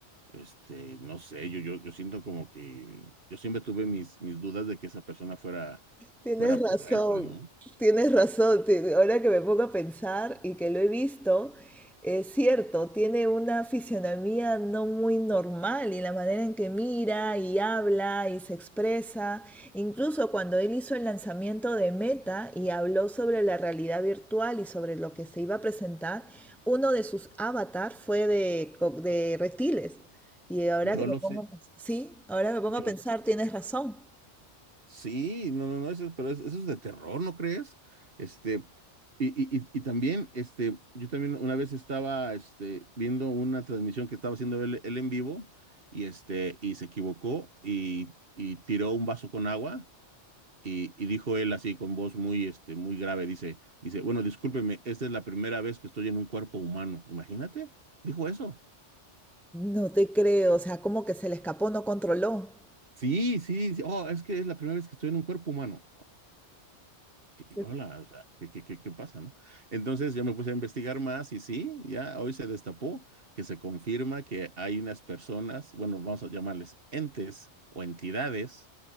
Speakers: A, on the right; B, in the centre.
A: Este, no sé, yo, yo, yo siento como que yo siempre tuve mis, mis dudas de que esa persona fuera,
B: Tienes
A: fuera
B: razón,
A: terrestre, ¿no?
B: tienes razón. ti- Ahora que me pongo a pensar y que lo he visto, es cierto, tiene una fisionomía no muy normal y la manera en que mira y habla y se expresa. Incluso cuando él hizo el lanzamiento de Meta y habló sobre la realidad virtual y sobre lo que se iba a presentar, uno de sus avatars fue de, co- de reptiles. Y ahora
A: Yo
B: que me
A: lo
B: pongo
A: sé.
B: a pensar, sí, ahora me pongo
A: Yo,
B: a pensar, tienes razón.
A: Sí, no, no, no, eso, es- pero es- eso es de terror, ¿no crees? Este, y, y, y y también, este, yo también una vez estaba, este, viendo una transmisión que estaba haciendo él, él en vivo y, este, y se equivocó y, y tiró un vaso con agua y, y dijo él así con voz muy, este, muy grave, dice, dice, bueno, discúlpeme, esta es la primera vez que estoy en un cuerpo humano, imagínate, dijo eso.
B: No te creo, o sea, como que se le escapó, no controló.
A: Sí, sí, sí, oh, es que es la primera vez que estoy en un cuerpo humano. ¿qué-
B: Sí.
A: hola, o sea, ¿qué, qué, qué, qué pasa, no? Entonces yo me puse a investigar más y sí, ya hoy se destapó que se confirma que hay unas personas, bueno, vamos a llamarles entes o entidades